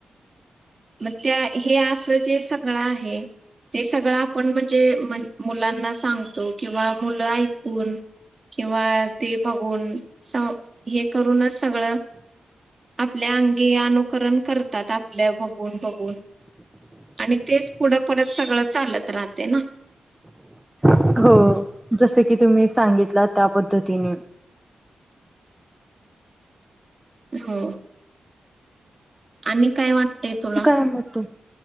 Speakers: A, on the right (about 30°); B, in the centre.
A: मग त्या हे असं जे सगळं आहे ते सगळं आपण म्हणजे मन् मुलांना सांगतो किंवा मुलं ऐकून किंवा ते बघून स हे करूनच सगळं आपल्या अंगी अनु करण करतात. आपल्या बघ न बघून आणि तेच पुढं परत सगळं चालत राहते ना?
B: हो जसं की तुम्ही सांगितला त्या पद्धतीने.
A: हो. आणि काय वाटतेय तुला?
B: थांब <unintelligible>